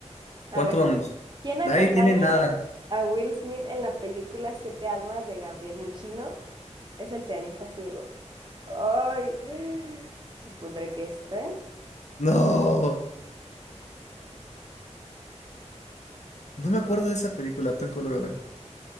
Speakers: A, on the right; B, on the left.
A: A
B: ¿Cuánto
A: ver.
B: vamos?
A: ¿Quién
B: Nadie
A: acompaña
B: tiene nada.
A: a Will Smith en la película Siete Almas de Gabriel Muchino? Es el pianista ciego. Ay, <gasps> supondré que está.
B: No, no me acuerdo de esa película, tengo que volver a ver.